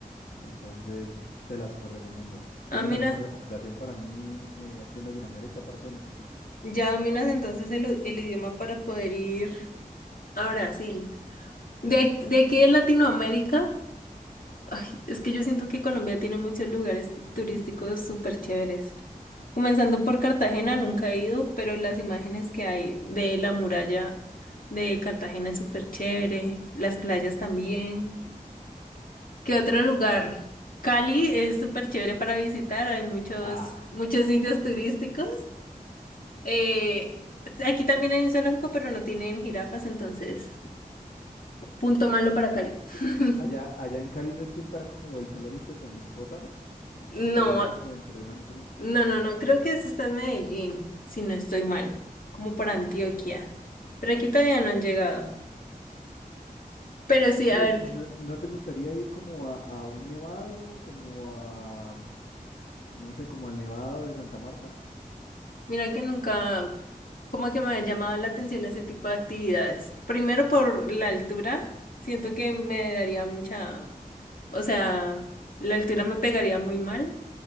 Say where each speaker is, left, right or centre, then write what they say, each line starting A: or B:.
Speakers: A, on the left (about 85°); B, on the left (about 65°).
A: entonces te la súper recomiendo. ¿Tienes
B: ah, mira.
A: alguna recomendación para mí eh, aquí en Latinoamérica, aparte de Machu Picchu?
B: Ya dominas entonces el, u- el idioma para poder ir a Brasil.
A: Sí.
B: De, ac- de aquí de Latinoamérica, ay, es que yo siento que Colombia tiene muchos lugares turísticos súper chéveres. Comenzando por Cartagena, nunca he ido, pero las imágenes que hay de la muralla de Cartagena es súper chévere, las playas también. ¿Qué otro lugar? Cali es súper chévere para visitar, hay muchos,
A: Ah,
B: muchos sitios turísticos. Eh, aquí también hay un zoológico, pero no tienen jirafas, entonces, punto malo para Cali. <laughs>
A: allá, allá en Cali no es que está como el zoológico con hipopótamos,
B: No,
A: que es súper interesante.
B: no, no, no, creo que eso está en Medellín, si no estoy mal, como
A: Ah,
B: para Antioquia,
A: ok.
B: pero aquí todavía no han llegado. Pero sí,
A: Oye,
B: a ver,
A: ¿y no, no te gustaría ir como a, a un nevado, como a, no sé, como al nevado de Santa Marta?
B: mira que nunca, como que me ha llamado la atención ese tipo de actividades. Primero por la altura, siento que me daría mucha, o sea, la altura me pegaría muy mal.